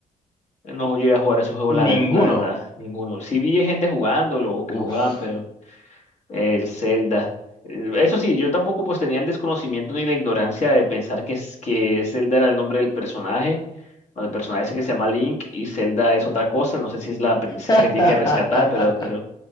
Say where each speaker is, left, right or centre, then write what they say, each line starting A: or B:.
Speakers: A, on the left; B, on the left.
A: No llegué a jugar ese juego, la,
B: Ninguno.
A: re- la verdad, ninguno. Sí vi gente jugándolo, o que
B: Uf.
A: lo jugaban, pero... El Zelda. Eh, Eso sí, yo tampoco pues tenía el desconocimiento ni la ignorancia de pensar que, es- que Zelda era el nombre del personaje, o del personaje ese que se llama Link, y Zelda es otra cosa, no sé si es la princesa
B: <laughs>
A: que tiene que rescatar, pero, pero